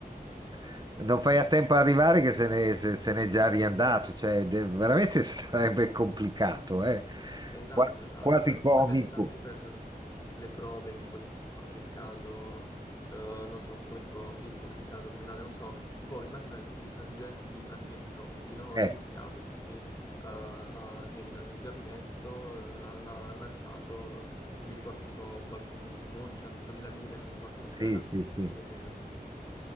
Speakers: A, on the right (about 25°); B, on the left (about 25°).
A: <laughs> non fai a tempo a arrivare che se ne, se- se n'è già riandato, cioè, de- veramente <laughs> sarebbe complicato, eh.
B: Esatto,
A: Qua-
B: esatto.
A: quasi
B: E
A: comico.
B: poi pensa anche per le prove, tipo di qualche caso, eh, non so, prove tipo, sì, appunto di caso criminale, non so, tipo immagina le tangenti di Tangentopoli, no? Ho
A: Eh,
B: iniziato perché eh, ha- nel, nel gabinetto eh, ha la- ha lanciato, non mi ricordo, tipo qualche buon 100.000 lire, non mi ricordo quant'era.
A: sì, sì, sì.
B: E,